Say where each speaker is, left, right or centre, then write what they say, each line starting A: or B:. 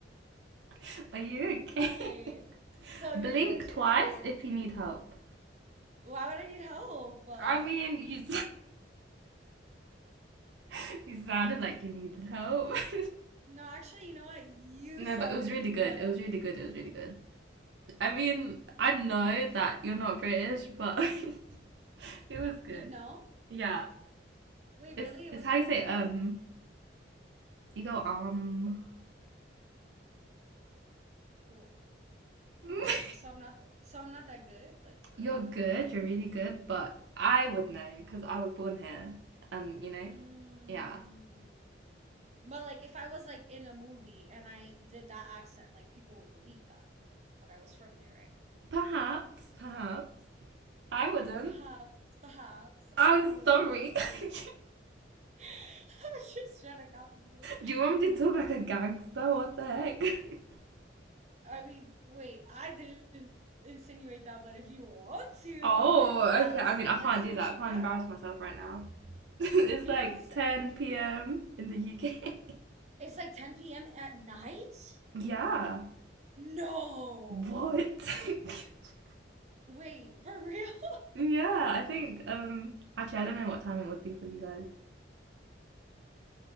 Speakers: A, on the right; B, on the right.
A: <laughs> Are you okay?
B: Okay,
A: <laughs>
B: so
A: Blink
B: you're gonna do,
A: twice
B: okay.
A: if you need help.
B: Why would I need help? Uh,
A: I mean, you <laughs> you sounded like you needed help. <laughs>
B: no, actually, you know what? You
A: No,
B: sound
A: but it was
B: like
A: really
B: you need
A: good.
B: help.
A: It was really good. It was really good. I mean, I know that you're not British, but <laughs> it was good.
B: You know?
A: Yeah,
B: Wait,
A: it's
B: really? It
A: it's
B: wasn't
A: how you
B: that
A: say
B: good?
A: um. you go, um,
B: W-
A: <laughs>
B: Wait, so I'm not, so I'm not that good? Like for
A: you're
B: real?
A: good, you're really good, but I would know because I was born here. And, you know,
B: Mm.
A: yeah.
B: But like, if I was like in a movie and I did that accent, like people would believe that that I was from there, right?
A: Perhaps, perhaps, I wouldn't.
B: Perhaps, perhaps
A: I'm
B: I wouldn't.
A: sorry. <laughs> do
B: <laughs> I was just trying to copy you.
A: you want me to talk like a gangster? What the heck? <laughs>
B: I mean, wait, I didn't insinuate that, but if you want to,
A: Oh,
B: then yeah,
A: okay.
B: let's
A: I mean,
B: see,
A: I
B: let's
A: can't
B: see
A: do
B: what
A: that.
B: you
A: I can't
B: got.
A: embarrass myself right now. <laughs> it's
B: Do
A: like
B: you know who's
A: 10 p.m. in the UK.
B: it's like 10 p.m. at night?
A: <laughs> yeah.
B: No.
A: What? <laughs>
B: Wait, for real? <laughs>
A: yeah, I think um actually I don't know what time it would be for you guys.